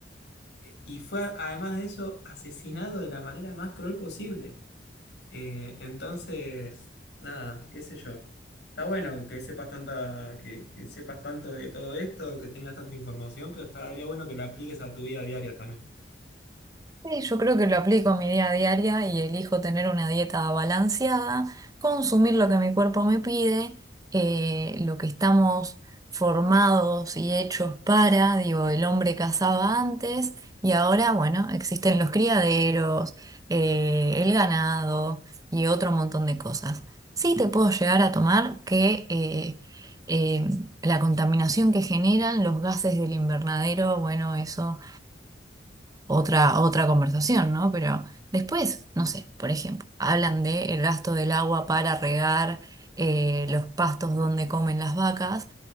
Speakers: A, on the left (about 75°); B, on the right (about 20°).
A: y fue, además de eso, asesinado de la manera más cruel posible. Eh, entonces, nada, qué sé yo. Está bueno que sepas tanta, que, que sepas tanto de todo esto, que tengas tanta información, pero estaría bueno que la apliques a tu vida diaria también.
B: Sí, yo creo que lo aplico en mi día a diaria y elijo tener una dieta balanceada, consumir lo que mi cuerpo me pide, eh, lo que estamos formados y hechos para, digo, el hombre cazaba antes y ahora, bueno, existen los criaderos, eh, el ganado y otro montón de cosas. Sí te puedo llegar a tomar que eh, eh, la contaminación que generan los gases del invernadero, bueno, eso otra, otra conversación, ¿no? Pero después, no sé, por ejemplo, hablan de el gasto del agua para regar eh, los pastos donde comen las vacas,